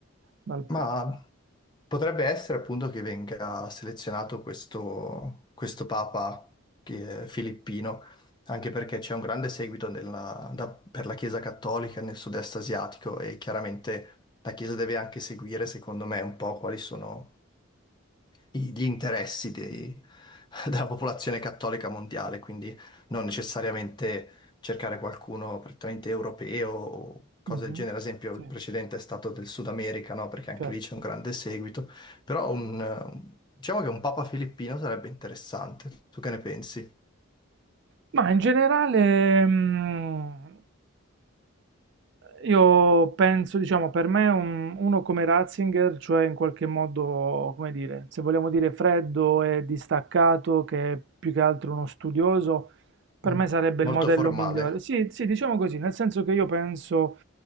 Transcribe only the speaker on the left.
Ma potrebbe essere appunto che venga selezionato questo, questo papa che è filippino, anche perché c'è un grande seguito nella- da- per la Chiesa cattolica nel sud-est asiatico e chiaramente la Chiesa deve anche seguire, secondo me, un po' quali sono i- gli interessi dei- <laughs> della popolazione cattolica mondiale, quindi non necessariamente cercare qualcuno prettamente europeo o cose
del genere. Ad esempio,
il precedente è stato del Sud America, no? Perché anche
lì c'è un grande seguito. Però un, eh, diciamo che un Papa filippino sarebbe interessante. Tu che ne pensi?
Mm.
Molto
formale.